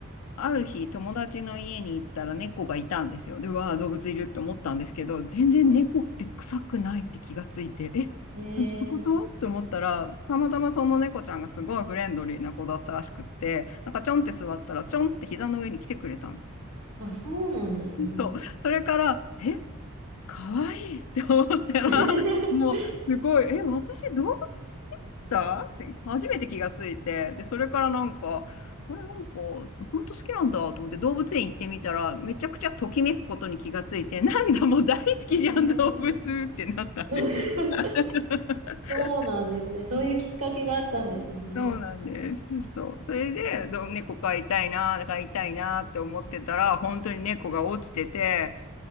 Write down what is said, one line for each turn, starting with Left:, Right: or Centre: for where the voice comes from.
Left: ある日、友達の家に行ったら猫がいたんですよ。で、うわあ、動物いるって思ったんですけど、全然猫って臭くないって気がついて、
Right: は
Left: え、
Right: い。えー、
Left: どういうことって思ったら、たまたまその猫ちゃんがすごいフレンドリーな子だったらしくって、なんかちょんって座ったら、ちょんって膝の上に来てくれたんです。
Right: あ、そうなんですね。
Left: そう。それから、え、可愛いって思ったら、
Right: <laughs>
Left: もうすごい、え、私動物好きだったって初めて気がついて、で、それからなんか、あれ、なんか、本当好きなんだと思って動物園行ってみたら、めちゃくちゃときめくことに気がついて、なんだ、もう大好きじゃん、
Right: えー
Left: 動物ってなったんですよ。
Right: <laughs>
Left: <laughs>
Right: そうなんですね。そういうきっかけがあったんですね。
Left: うんそうなんです。そう。それで、どう猫飼いたいな、飼いたいなって思ってたら、本当に猫が落ちてて、